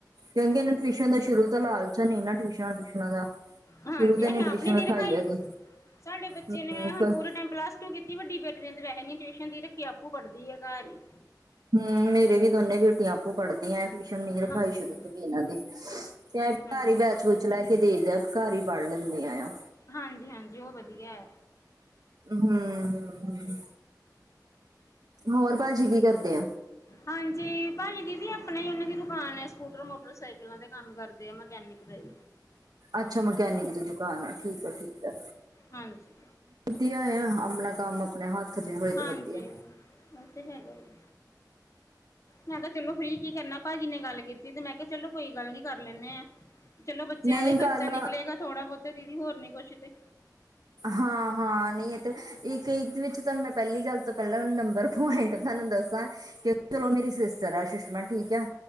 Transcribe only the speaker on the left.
ਹਾਂਜੀ,
ਅਸੀ
ਆਪ ਨੀ ਰਖਾਈ।
ਸਾਡੇ ਬੱਚੇ
ਨੇ ਹੁਣ
ਪੂਰਾ ਟਾਈਮ ਪਲਾਸ ਟੂ ਕੀਤੀ ਵੱਡੀ ਬੇਟੀ ਨੇ, ਤੇ ਵੈਹੇ ਨੀ ਟਿਊਸ਼ਨ ਦੀ ਰੱਖੀ ਆਪੂ ਪੜ੍ਹਦੀ ਆ ਘਰ ਈ।
ਹਾਂਜੀ।
ਹੂੰ,
ਹਾਂਜੀ-ਹਾਂਜੀ, ਓ ਵਦੀਐ।
ਹਾਂਜੀ, ਭਾਜੀ ਵੀ ਅਪਨਾ ਈ ਓਨਾਂ ਦੀ ਦੁਕਾਨ ਆ। ਸਕੂਟਰ ਮੋਟਰਸਾਈਕਲਾਂ ਦੇ ਕੰਮ ਕਰਦੇ ਆ ਮਕੈਨਿਕ ਦਾ ਈ।
ਹਾਂਜੀ,
ਹਾਂਜੀ,
ਓ ਤੇ ਹੈਗਾ ਈ। ਮੈਂ ਕੇਆ ਚਲੋ ਫ੍ਰੀ ਕੀ ਕਰਨਾ, ਭਾਜੀ ਨੇ ਗੱਲ ਕੀਤੀ ਤੇ ਮੈਂ ਕੇਆ ਚਲੋ ਕੋਈ ਗੱਲ ਨੀ ਕਰ ਲੈਂਨੇਆ। ਚਲੋ ਬੱਚੇਆਂ
ਦਾ ਈ ਖਰਚਾ
ਨਿਕਲੇਗਾ ਥੋੜਾ ਬੋਤੇ ਦੀਦੀ ਹੋਰ ਨੀ ਕੁਛ ਤੇ।